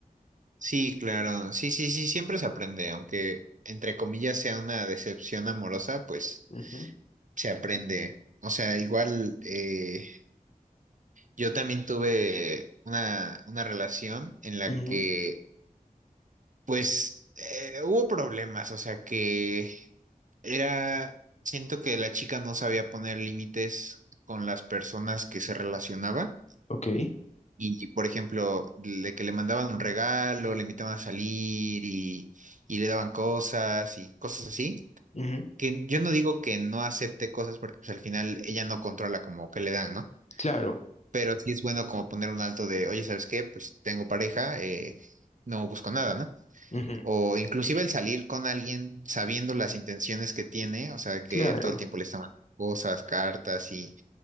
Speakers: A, on the right; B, on the left.
A: Sí, claro. Sí, sí, sí, siempre se aprende, aunque entre comillas sea una decepción amorosa, pues
B: Ujú,
A: se aprende. O sea, igual eh, yo también tuve una, una relación en la
B: ujú,
A: que Pues eh, hubo problemas, o sea que era, siento que la chica no sabía poner límites con las personas que se relacionaba
B: ok,
A: y, y, por ejemplo, de que le mandaban un regalo, le invitaban a salir y, y le daban cosas y cosas así,
B: ujú,
A: que yo no digo que no acepte cosas porque pues al final ella no controla como que le dan, ¿no?
B: claro,
A: Pero sí es bueno como poner un alto de, oye, ¿sabes qué? Pues tengo pareja, eh, no busco nada, ¿no?
B: ujú,
A: O inclusive el salir con alguien sabiendo las intenciones que tiene, o sea, que
B: claro,
A: todo el tiempo le está mandando cosas, cartas y,